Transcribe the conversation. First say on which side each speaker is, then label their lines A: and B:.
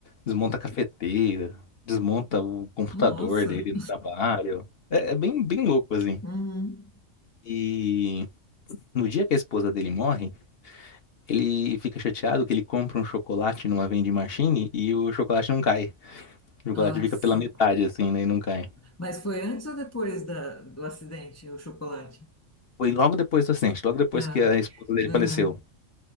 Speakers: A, on the left; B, on the left.
A: desmonta a cafeteira, desmonta o computador
B: nossa.
A: dele no trabalho. É, é bem, bem louco, assim.
B: Uhum.
A: E no dia que a esposa dele morre, ele fica chateado que ele compra um chocolate numa vending machine e o chocolate não cai. O chocolate
B: Nossa.
A: fica pela metade, assim, né? E não cai.
B: Mas foi antes ou depois da, do acidente, o chocolate?
A: Foi logo depois do acidente, logo depois
B: Ah,
A: que a esposa dele
B: aham.
A: faleceu.